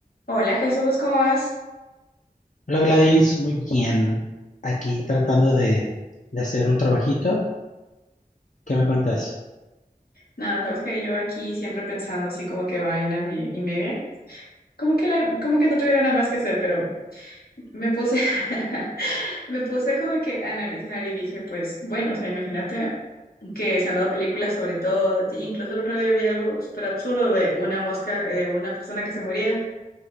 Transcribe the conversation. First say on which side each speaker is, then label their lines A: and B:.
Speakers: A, on the left; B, on the left.
A: Hola Jesús, ¿cómo vas?
B: Hola Gladys, muy bien. Aquí tratando de, de hacer un trabajito. ¿Qué me cuentas?
A: Nada, sabes que yo aquí siempre pensando así como que vainas y, y media, como que, la- como que no tuviera nada más que hacer, pero me puse, <laughs> me puse como que a analizar y dije, pues bueno, o sea, imagínate que se han dado películas sobre todo, así, incluso el otro día vi algo súper absurdo de una mosca, de una persona que se moría